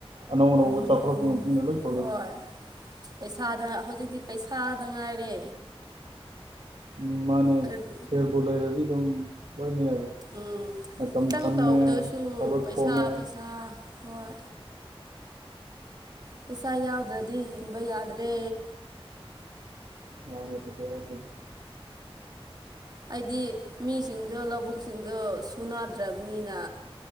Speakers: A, on the right; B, on the right.
A: ꯑꯅꯧ ꯑꯅꯧꯕ
B: ꯍꯣꯏ
A: ꯆꯥꯎꯈꯠꯂꯛꯄꯒꯤ ꯃꯇꯨꯡ ꯏꯟꯅ ꯂꯣꯏ ꯊꯣꯛꯂꯛꯏ
B: ꯍꯣꯏ ꯄꯩꯁꯥꯗ ꯍꯧꯖꯤꯛꯇꯤ ꯄꯩꯁꯥꯗ ꯉꯥꯏꯔꯦ
A: ꯎꯝ ꯃꯥꯅꯦ
B: ꯀꯔꯤ
A: ꯁꯦꯜꯕꯨ ꯂꯩꯔꯗꯤ ꯑꯗꯨꯝ ꯂꯣꯏꯅ ꯌꯥꯔꯦ
B: ꯎꯝ
A: ꯃꯇꯝ
B: ꯈꯤꯇꯪ
A: ꯁꯝꯃꯦ
B: ꯇꯧꯕꯗꯁꯨ
A: ꯊꯕꯛ
B: ꯄꯩꯁꯥ
A: ꯀꯣꯝꯃꯦ
B: ꯄꯩꯁꯥ ꯍꯣꯏ ꯄꯩꯁꯥ ꯌꯥꯎꯗ꯭ꯔꯗꯤ ꯍꯤꯡꯕ ꯌꯥꯗ꯭ꯔꯦ
A: ꯃꯥꯅꯦ ꯄꯩꯁꯥ ꯌꯥꯎꯗ꯭ꯔꯗꯤ
B: ꯍꯥꯏꯗꯤ ꯃꯤꯁꯤꯡꯗꯣ ꯂꯧꯕꯨꯛꯁꯤꯡꯗꯣ ꯁꯨꯅꯗ꯭ꯔꯕꯅꯤꯅ